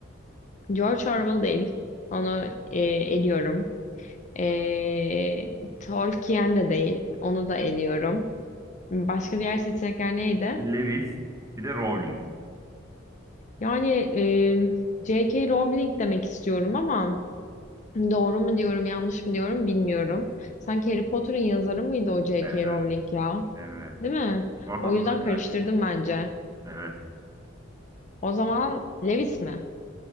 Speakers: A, on the left; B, on the right.
A: George Orwell değil. Onu e, eliyorum. Ee, Tolkien de değil. Onu da eliyorum. Başka diğer seçenekler neydi?
B: Lewis bir de Rowling.
A: Yani e, J.K. Rowling demek istiyorum ama Doğru mu diyorum, yanlış mı diyorum bilmiyorum. Sanki Harry Potter'ın yazarı mıydı o J
B: Evet.
A: K. Rowling ya?
B: Evet.
A: Değil mi?
B: Oradan
A: O yüzden
B: uzaklaş.
A: karıştırdım bence.
B: Evet.
A: O zaman Lewis mi?